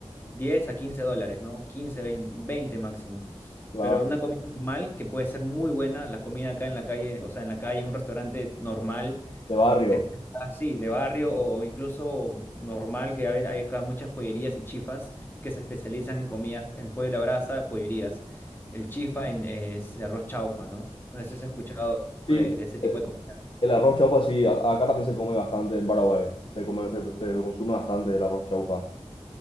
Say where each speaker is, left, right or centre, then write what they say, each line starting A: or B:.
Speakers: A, on the left; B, on the left.
A: 10 a 15 dólares, ¿no? quince veinte 20 máximo.
B: claro.
A: Pero una comida normal que puede ser muy buena, la comida acá en la calle, o sea, en la calle, en un restaurante normal
B: de barrio.
A: así, de barrio o incluso normal, que a ve- hay acá muchas pollerías y chifas que se especializan en comidas, en pollo a la brasa, pollerías. El chifa en- es arroz chaufa, ¿no? Entonces, has escuchado
B: Sí,
A: de, de ese tipo de comidas?
B: El arroz chaufa, sí, a- acá también se come bastante en Paraguay. Se come, se, se consume bastante el arroz chaufa.